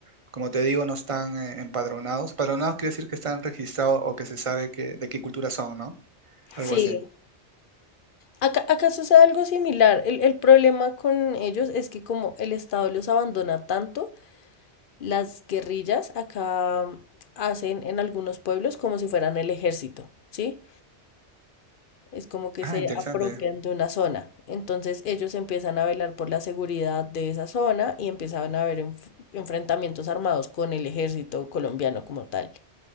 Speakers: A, on the right; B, on the left.
A: como te digo, no están eh, empadronados. Empadronados quiere decir que están registrados o que se sabe que, de qué cultura son, ¿no? Algo
B: sí,
A: así.
B: Acá, acá sucede algo similar. El, el problema con ellos es que como el Estado los abandona tanto, las guerrillas acá mm, hacen en algunos pueblos como si fueran el ejército, ¿sí? Es como que
A: Ah,
B: se
A: interesante.
B: apropian de una zona. Entonces ellos empiezan a velar por la seguridad de esa zona y empiezan a haber enf- enfrentamientos armados con el ejército colombiano como tal.